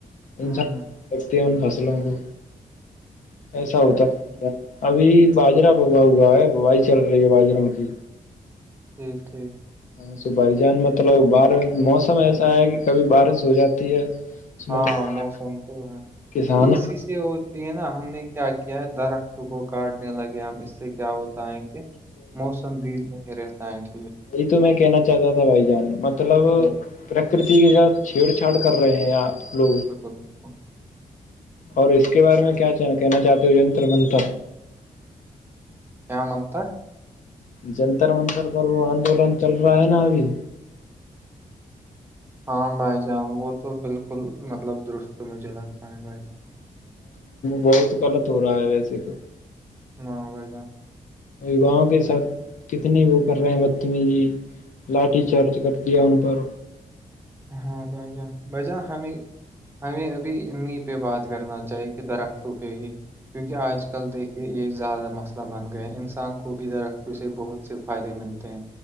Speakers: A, on the left; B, on the right.
A: انسب
B: ہوں
A: لگتے ہیں ان فصلوں کو ایسا
B: اچھا،
A: ہوتا
B: ٹھیک
A: ابھی باجرہ با ہوا ہے بوائی چل رہی ہے باجروں کی
B: ٹھیک ٹھیک
A: اں س بھائی جان مطلب بارش موسم ایسا ہے کہ کبھی بارش ہو جاتی ہے
B: ہاں
A: مطلب
B: موسم تو ہے
A: کسان
B: اس ہوتی ہے نا ہم نے کیا کیا ہے درخت کو کاٹنے لگے ہم اس سے کیا ہوتا ہے کہ موسم بھی نہیں ریتائ ٹھیک
A: جی تو میں کہنا چاہتا تھا بھائی جان مطلب
B: بالکل
A: پرکرتی کے ساتھ چھیڑ چھاڑ کر رہے ہیں آ لوگ
B: بالکل،
A: اور اس کے بارے میں کیا کہنا چاہتی ہوں نتر منتر
B: کیا نتر
A: جنتر منتر پر وہ آندولن چل رہا ہے نا ابھی
B: ہاں بھائی جان وہ تو بالکل مطلب درست مجھے لگتا ہے بھائی جان
A: بہت غلط ہو رہا ہے ویسے تو
B: ہاں ب جان
A: گاؤں کے ساتھ کتنے وہ کر رہے ہیں بقتمی جی لاٹھی چارج کر دیا ن پرار
B: ہاں ب جا ب جا ہمیں ہمیں ابھی انیں پہ بات کرنا چاہیے کہ درختوں پہ ہی کیونکہ آج کل دیکھیے یہ زیادہ مسئلہ بن گیا ہے انسان کو بھی درختوں سے بہت سے فائدے ملتے ہیں